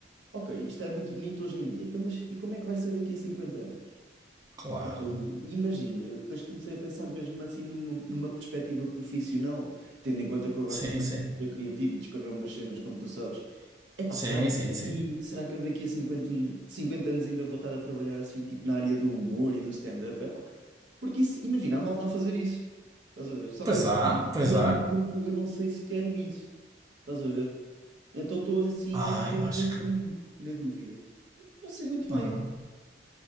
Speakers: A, on the right; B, on the right.
A: ok, isto é muito bonito hoje em dia, então, mas e como é que vai ser daqui a 50 anos?
B: Claro.
A: E imagina, eu depois comecei a pensar mesmo assim numa, numa perspectiva profissional, tendo em conta que eu gosto
B: Sim,
A: assim,
B: sim.
A: de ser criativo e de escrever umas cenas, como tu sabes. Epá,
B: Sim,
A: será que eu
B: sim,
A: daqui,
B: sim.
A: será que eu daqui a cinquenta an- 50 anos ainda vou estar a trabalhar assim, tipo na área do humor e do stand-up? Epá, porque isso, imagina a malta a fazer isso. Estás a ver? Só
B: Pois
A: que ao
B: há, pois
A: mesmo
B: há.
A: tempo eu não sei se quero isso. Estás a ver? Então estou assim
B: Ah,
A: neste,
B: eu
A: neste
B: acho que.
A: limbo, na dúvida. Não sei muito
B: Ah.
A: bem.